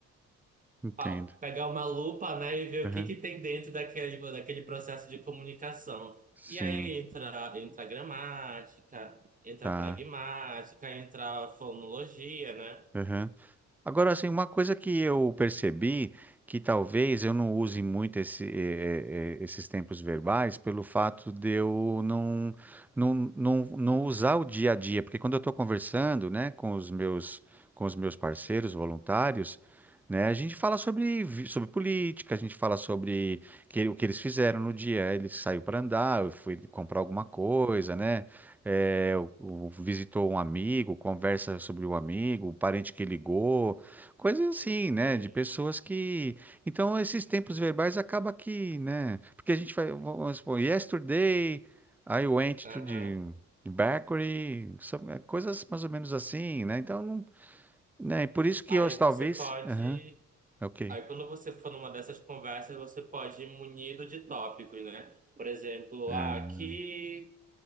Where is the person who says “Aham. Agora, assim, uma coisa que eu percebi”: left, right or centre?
Centre